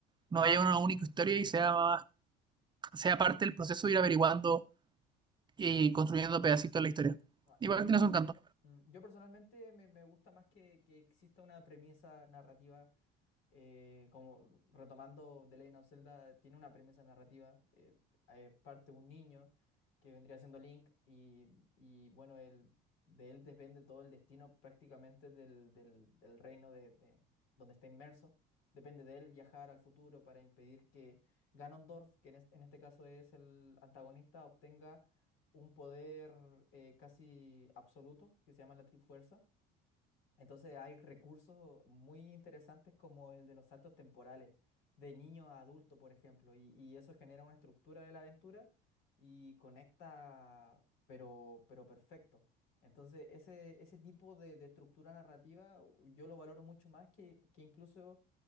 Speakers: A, on the right; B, on the left.
A: no haya una única historia y sea, más- sea parte del proceso de ir averiguando y construyendo pedacitos de la historia.
B: Ah,
A: Igual
B: Yo, per-
A: tiene su encanto.
B: mm, yo personalmente me, me gusta más que, que exista una premisa narrativa eh, como retomando The Legend of Zelda, tiene una premisa narrativa. eh, eh, parte un niño que vendría siendo Link y, y, bueno, él, de él depende todo el destino prácticamente del, del- del reino de, de- donde está inmerso. Depende de él viajar al futuro para impedir que Ganondorf, que en, es- en este caso es el antagonista, obtenga un poder eh, casi absoluto que se llama la Trifuerza entonces hay recursos muy interesantes como el de los saltos temporales, de niño a adulto, por ejemplo, y, y eso genera una estructura de la aventura y conecta, pero, pero perfecto. Entonces ese, ese tipo de, de estructura narrativa u- yo lo valoro mucho más que, que incluso